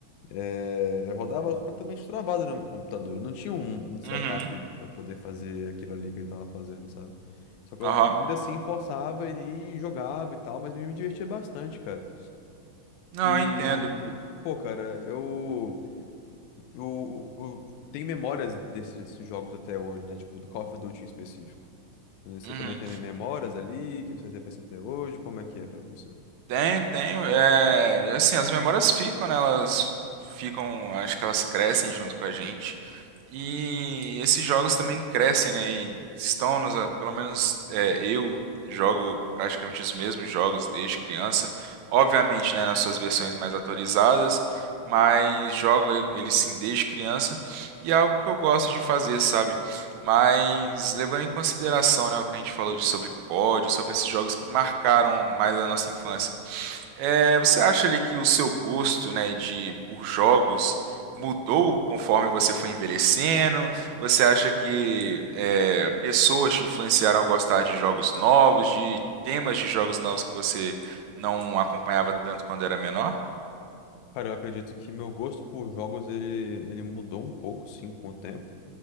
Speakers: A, on the left; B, on the right.
A: é, rodava completamente travado no meu computador. Eu não tinha um, um setup
B: uhum,
A: para poder fazer aquilo ali que ele tava fazendo, sabe? Só que
B: aham.
A: eu ainda assim forçava e jogava e tal, mas me me divertia bastante, cara.
B: Não,
A: E,
B: eu entendo.
A: pô, cara, eu, eu, eu- eu tenho memórias desses, desses jogos até hoje, né? Tipo, do Call of Duty em específico. Você
B: Uhum.
A: também tem memórias ali, que você pensa até hoje, como é que era você?
B: Tem, tem, é, assim, as memórias ficam, né? Elas ficam, acho que elas crescem junto com a gente. E esses jogos também crescem, né? E estão nos, pelo menos é, eu jogo praticamente os mesmos jogos desde criança. Obviamente, né, nas suas versões mais atualizadas, mas jogo e- eles sim desde criança e é algo que eu gosto de fazer, sabe? Mas levando em consideração, né, o que a gente falou de sobre COD, sobre esses jogos que marcaram mais a nossa infância. É, você acha ali que o seu gosto, né, de por jogos mudou conforme você foi envelhecendo? Você acha que é, pessoas te influenciaram a gostar de jogos novos, de temas de jogos novos que você não acompanhava tanto quando era menor?
A: Cara, eu acredito que meu gosto por jogos, ele, ele mudou um pouco, sim, com o tempo.